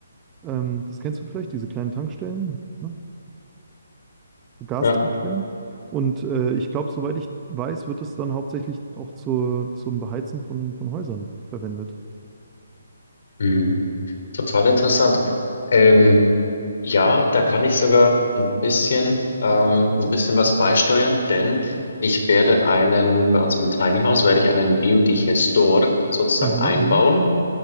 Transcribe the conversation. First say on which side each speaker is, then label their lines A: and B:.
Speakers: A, on the right; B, on the left.
A: Ähm, das kennst du vielleicht, diese kleinen Tankstellen, ne? So Gastankstellen.
B: ja,
A: Und äh, ich glaube, soweit ich weiß, wird es dann hauptsächlich auch zur, zum Beheizen von, von Häusern verwendet.
B: Mhm. total interessant. Ähm, ja, da kann ich sogar ein bisschen, ähm, ein bisschen was beisteuern, denn ich werde einen, bei uns im Tiny House werde ich einen Biodigestor sozusagen
A: Aha,
B: einbauen.
A: aha.